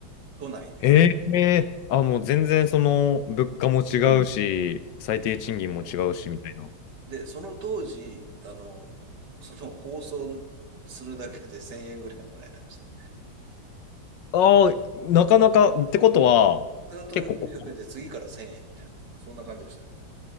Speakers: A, on the right; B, on the left.
A: 都内で。
B: ええ、あ、もう全然その物価も違うし、
A: うん
B: 最低賃金も違うしみたいな。
A: そうで、その当時、あの、その放送するだけで1000円ぐらいもらえてました。
B: ああ、なかなか、ってことは、
A: スタートが900円で次から1000円みたいな、
B: 結構こ
A: そんな感じでした。